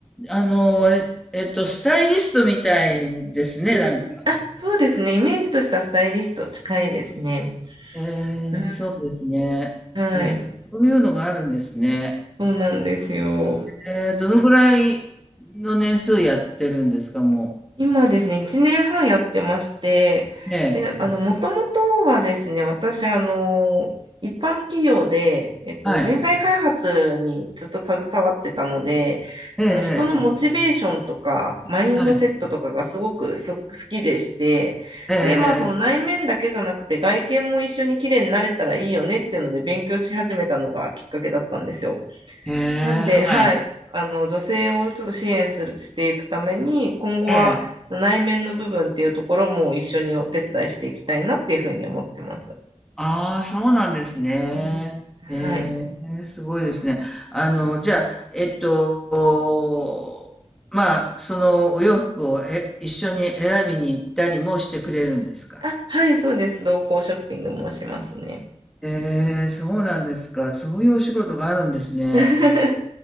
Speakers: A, in the centre; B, on the right.
A: あの、あれえっと、スタイリストみたいですね、
B: うんあ、
A: なんか。
B: そうですね。イメージとしたスタイリスト近いですね。
A: えーそうですね。
B: うんはい。
A: えー、そういうのがあるんですね。
B: そうなんですよ。
A: えー、どのぐらいの年数やってるんですか、も
B: 今ですね、1年半やってまして、
A: う。ええ、
B: で、あの、もともとはですね、私、あの、一般企業で、えっと、
A: はい。
B: 人材開発にずっと携わってたので、
A: ええ、
B: その人のモチベーションとか、
A: ええ、え
B: マインドセットとかがすごくす好きでして、
A: えはい。ええ
B: で、まあ、その内面だけじゃなくて、外見も一緒に綺麗になれたらいいよねっていうので、勉強し始めたのがきっかけだったんですよ。
A: ええええ。
B: なんで、
A: へはい。
B: はい、あの、女性をちょっと支援する、していくために、今後は内面の部分っていうところも一緒にお手伝いしていきたいなっていうふうに思ってます。
A: ええ。ああ、そうなんですね。
B: うんう
A: へ
B: んはい。
A: え、すごいですね。あの、じゃあ、えっと、まあ、そのお洋服をえ、一緒に選びに行ったりもしてくれるんですか
B: あ、はい、そうです。同行ショッピングもしますね。
A: ええ、そうなんですか。そういうお仕事があるんですね。
B: <laughs>